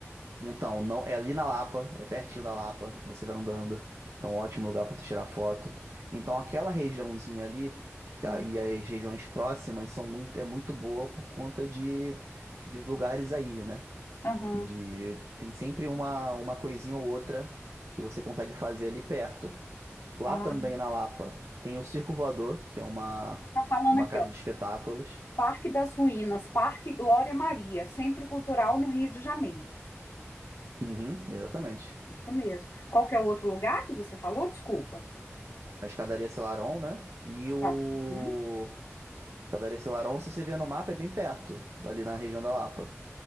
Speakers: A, on the right; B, on the left.
A: Então, não, é ali na Lapa, é pertinho da Lapa, você vai andando. Então, ótimo lugar para tirar foto. Então, aquela regiãozinha ali tá,
B: Hum,
A: e as regiões próximas são muito, é muito boa por conta de, de lugares aí, né?
B: aham.
A: De, tem sempre uma, uma coisinha ou outra que você consegue fazer ali perto. Lá
B: Ah,
A: também na Lapa tem o Circo Voador, que é uma,
B: tá falando
A: uma
B: aqui,
A: casa
B: ó.
A: de espetáculos.
B: Parque das Ruínas, Parque Glória Maria, Centro Cultural no Rio de Janeiro.
A: Uhum, exatamente.
B: Isso mesmo. Qual que é o outro lugar que você falou? Desculpa.
A: A escadaria Selarón, né? E
B: Escada.
A: o
B: Uhum,
A: Padaria Selarón, se você vê no mapa, é bem perto, ali na região da Lapa.